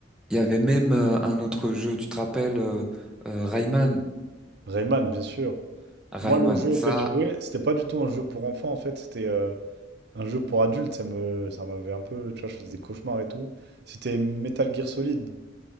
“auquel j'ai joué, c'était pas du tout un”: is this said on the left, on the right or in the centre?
Right